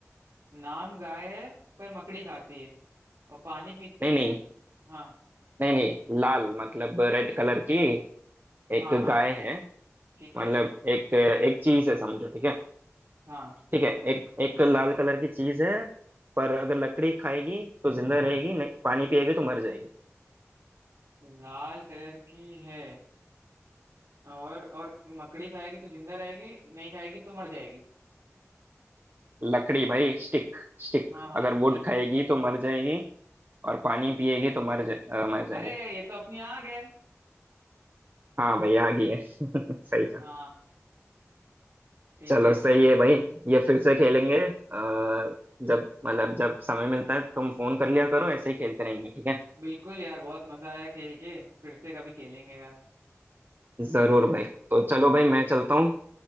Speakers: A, on the right; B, on the right.
A: नाम गाय है पर मकड़ी खाती है और पानी पीती
B: नहीं
A: है
B: नहीं
A: हाँ
B: नहीं नहीं लाल मतलब रेड कलर की
A: हाँ
B: एक
A: हाँ
B: गाय है
A: ठीक
B: मतलब
A: है
B: एक एक चीज है समझो ठीक है
A: हाँ
B: ठीक है एक एक लाल कलर की चीज है पर अगर लकड़ी खाएगी तो जिंदा रहेगी नहीं पानी पिएगी तो मर जाएगी
A: लाल कलर की है और और मकड़ी खाएगी तो जिंदा रहेगी नहीं खाएगी तो मर जाएगी
B: लकड़ी भाई स्टिक स्टिक
A: हाँ हाँ
B: अगर वुड
A: लग
B: खाएगी तो मर जाएगी और पानी पिएगी तो मर जा, अ, मर जाएगी
A: अरे ये तो अपनी आग है
B: हाँ भाई आ गई है <laughs> सही कहा
A: हाँ ठीक
B: चलो
A: है
B: सही है भाई ये फिर से खेलेंगे अ, जब मतलब जब समय मिलता है तुम फोन कर लिया करो ऐसे ही खेलते रहेंगे ठीक है
A: बिल्कुल यार बहुत मजा आया खेल के फिर से कभी खेलेंगे यार
B: जरूर भाई तो चलो भाई मैं चलता हूँ